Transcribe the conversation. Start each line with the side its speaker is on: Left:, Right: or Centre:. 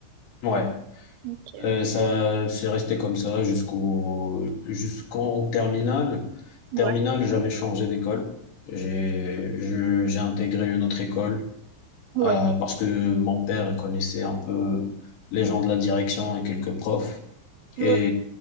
Left: Ouais.
Right: Ok.
Left: Euh, ça, c'est resté comme ça jusqu'au jusqu'en terminale.
Right: Ouais,
Left: Terminale, j'avais changé d'école. J'ai je- j'ai intégré une autre école
Right: ouais.
Left: euh, parce que mon père connaissait un peu les gens de la direction et quelques profs.
Right: Ouais,
Left: Et